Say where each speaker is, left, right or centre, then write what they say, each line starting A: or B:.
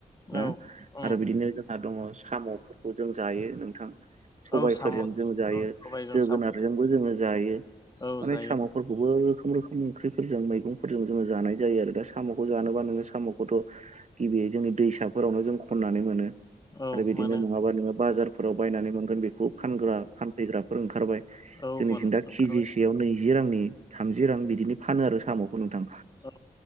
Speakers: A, on the left (about 25°); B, on the right (about 50°).
A: औ
B: ना
A: उम
B: आरो बिदिनो जोंहा दङ साम'फोरखौ जों जायो नोंथां सबायफोरजों
A: औ साम'
B: जों जायो
A: औ सबायजों
B: जोगोनारजोंबो
A: साम'
B: जोङो जायो
A: औ
B: माने
A: जायो
B: साम'फोरखौबो रोखोम रोखोम ओंख्रिफोरजों मैगंफोरजों जोङो जानाय जायो आरो दा साम'खौ जानोबा नोङो साम'खौथ' गिबि <unintelligible> जोंनि दैसाफोरावनो जों खननानै मोनो
A: औ
B: आरो बिदिनो
A: मोनो
B: नङा नोङो बाजाराव बायनानै मोनगोन फानग्रा फानफैग्राफोर ओंखारबाय
A: औ
B: जोंनिथिं
A: मोन
B: दा
A: ओंखारबाय
B: केजिसेयाव नैजि रांनि थामजि रां बिदिनो फानो आरो साम'खौ नोंथां
A: औ